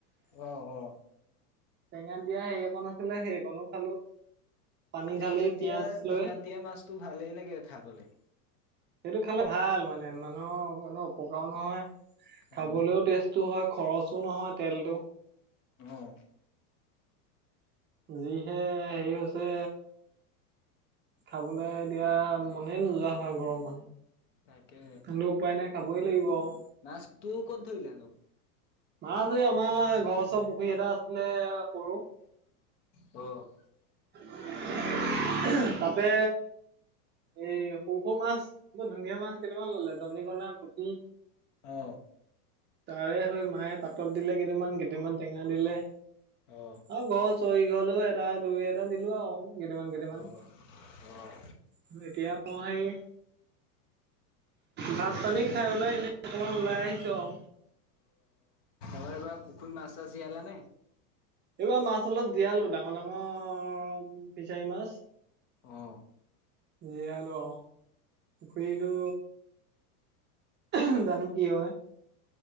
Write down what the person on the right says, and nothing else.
টেঙাত দিয়া হেৰিয়ত আছিলে সেইকণো খালো। পানী
ঢালি পিয়াজ
লৈ
সেইটো খালে ভাল মানে মানুহৰ অপকাৰও নহয়
খাবলৈও টেষ্ট। টো হয় খৰচো নহয় তেলতটো।
যিহে হেৰি হৈছে খাবলে এতিয়া মনে নোযোৱা হয় গৰমত।
তেন্তলে উপায় নাই খাবই লাগিব আৰু। <unintelligible>
মাছ, আমাৰ ঘৰৰ ওচৰৰ পুখুৰী এটা আছিলে সৰু।
<inaudible> এ তাতে এ সৰু সৰু মাছ বৰ ধুনীয়া মাছ কেইটামান ললে দৰিকনা পুঠী।
তাৰে স মায়ে পাতত দিলে কেইটামান কেইটামান টেঙা দিলে।
আৰু ঘৰ চৰি গ'লেও এটা দুই এটা দিলোঁ আৰু কেইটামান কেট কেটামান।
<unintelligible> এতিয়া মই ভাত পানী খাই ওলাই এনে অকমান ওলাই আহিছোঁ আৰু।
এইবাৰ মাছ অলপ দিয়ালোঁ ডাঙৰ ডাঙৰ ফিচাৰী মাছ।
জীয়ালোঁ আৰু পুখুৰীটো এ, জানোঁ কি হয়।